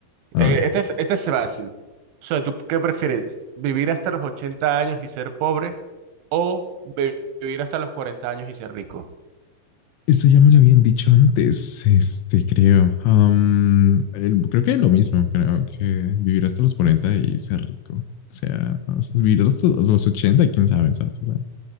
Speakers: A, on the left (about 90°); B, on the right (about 80°).
A: A
B: Eh,
A: ver.
B: este, es- este es fácil. O sea, ¿tú qué prefieres? ¿Vivir hasta los 80 años y ser pobre o vi- vivir hasta los 40 años y ser rico?
A: Esto ya me lo habían dicho antes, este, creo. Am, el- creo que lo mismo, creo que vivir hasta los 40 y ser rico. O sea, o sea, vivir hasta los ochenta quién sabe, ¿sabes? O sea,